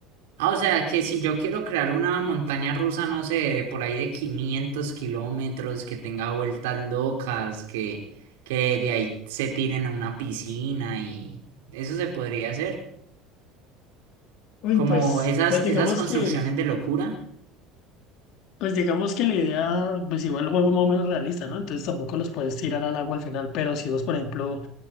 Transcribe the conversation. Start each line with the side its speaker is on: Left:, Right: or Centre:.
Right: Ah, o sea, que si yo quiero crear una montaña rusa, no sé, por ahí de 500 kilómetros, que tenga vueltas locas, que, que de ahí se tiren a una piscina y eso se podría hacer.
Left: Uy,
Right: Como
Left: pues,
Right: esas,
Left: pues
Right: esas
Left: digamos
Right: construcciones
Left: que,
Right: de locura.
Left: pues digamos que la idea, pues igual el juego más o menos realista, ¿no? Entonces tampoco los puedes tirar al agua al final, pero si vos, por ejemplo,